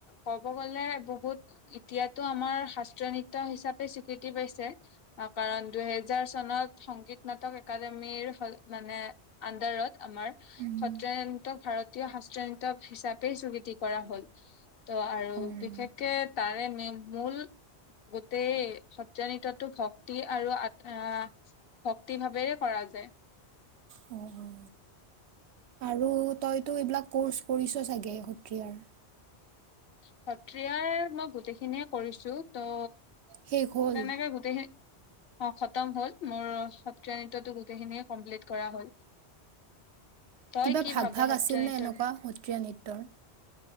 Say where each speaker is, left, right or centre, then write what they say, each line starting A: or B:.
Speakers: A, on the left; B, on the right.
A: ক'ব গলে বহুত এতিয়াতো আমাৰ শাস্ত্ৰীয় নৃত্য হিচাপে স্বীকৃতি পাইছে। অ কাৰণ দুহেজাৰ চনত সংগীত নাটক একাডেমীৰ মানে আন্ডাৰত, আমাৰ
B: উম,
A: সত্ৰায়ন্ত ভাৰতীয় হস্ৰায়ন্ত হিচাপে গোটেই সকৃতি কৰা হল ত আৰু
B: অ',
A: বিশেষকে তাৰে মূল গোটেই সত্ৰা নৃত্যটো ভক্তি আৰু আহ ভক্তি ভাৱেৰে কৰা যায়।
B: অ', অ'। আৰু তইতো এইবিলাক কৰ্চ কৰিছ চাগে সত্ৰিয়াৰ?
A: সত্ৰিয়াৰ মই গোটেইখিনিয়ে কৰিছো ত'
B: শেষ হ'ল?
A: তেনেকে গোটেই খিনি অ খতম হ'ল মোৰ সত্ৰীয়া নৃত্যটো গোটেইখিনিয়ে কমপ্লিট কৰা হ'ল। তই
B: কিবা
A: কি
B: ভাগ
A: ভাব
B: ভাগ
A: সত্ৰীয়া
B: আছিল
A: নৃত্যৰ
B: নে এনেকুৱা সত্ৰীয়া নৃত্যৰ?